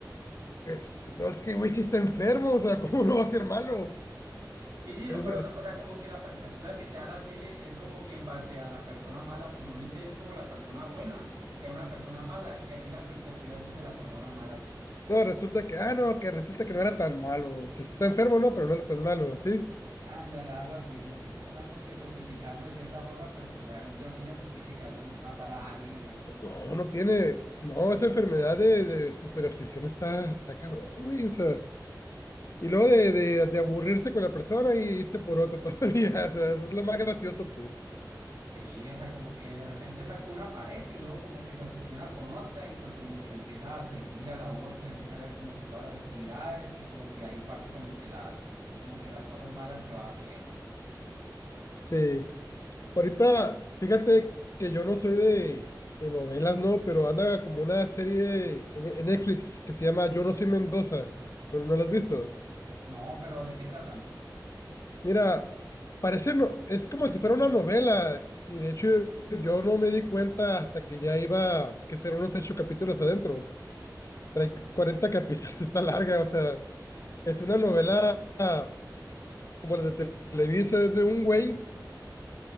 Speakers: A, on the left; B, on the right.
A: Pues, no, es que, güey, sí está enfermo, o sea, <laughs> ¿cómo no va a ser malo?
B: Sí, sí,
A: Es-
B: pero
A: es-
B: o sea, como que la perspectiva que te da la serie es como que en base a la persona mala, pues normalmente es como la persona buena y que hay una persona mala y aquí la perspectiva es desde la persona mala, pues.
A: no, resulta que, ah, no, que resulta que no era tan malo. O sea, está enfermo, no, pero no era tan malo, ¿sí?
B: Ándale, algo así, como que te tratan de justificarlo de cierta forma, pero pues obviamente no tiene justificación matar a alguien, ¿no?
A: No, no tiene, no, esa enfermedad de, de superobsesión está, está cabrón, güey, o sea. Y luego de, de, de aburrirse con la persona y irse por otra <laughs> todavía, o sea, es lo más gracioso, pues.
B: Sí, o sea, como que de repente está con una pareja y luego como que se obsesiona con otra y pues como que le empieza a seguir a la otra, empieza a ver como que todas las actividades y como que de ahí parte como que las, como que las cosas malas que va haciendo.
A: Sí. Ahorita, fíjate que yo no soy de, de novelas, ¿no? Pero anda como una serie en, en Netflix que se llama Yo no soy Mendoza. ¿No, no la has visto?
B: No, pero ¿de qué tratan?
A: Mira, parece no, es como si fuera una novela y de hecho yo no me di cuenta hasta que ya iba que ser unos ocho capítulos adentro. Trae 40 capítulos, <laughs> está larga, o sea, es una novela ah, como la de Televisa, es de un güey